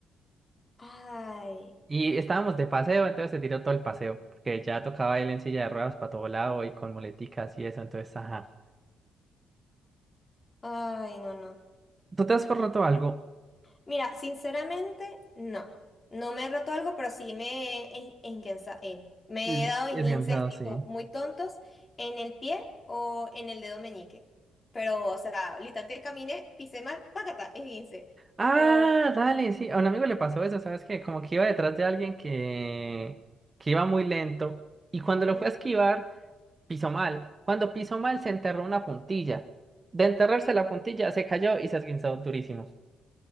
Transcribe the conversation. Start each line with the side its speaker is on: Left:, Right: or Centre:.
Left: Ay,
Right: Y estábamos de paseo, entonces se tiró todo el paseo, porque ya tocaba él en silla de ruedas para todo lado y con muleticas y eso, entonces, ajá.
Left: ay, no, no.
Right: ¿Tú te has forroto algo?
Left: Mira, sinceramente, no. No me he roto algo, pero sí me he, esguinza- eh, me
Right: Es,
Left: he dado esguinces
Right: es cansado,
Left: tipo
Right: sí.
Left: muy tontos en el pie o en el dedo meñique. Pero, o sea, literalmente caminé, pisé mal, págata, esguince.
Right: Ah,
Left: O...
Right: dale, sí. A un amigo le pasó eso, ¿sabes qué? Como que iba detrás de alguien que, que iba muy lento y cuando
Left: ujú.
Right: lo fue a esquivar, pisó mal. Cuando pisó mal, se enterró una puntilla. De enterrarse la puntilla, se cayó y se esguinzó durísimo.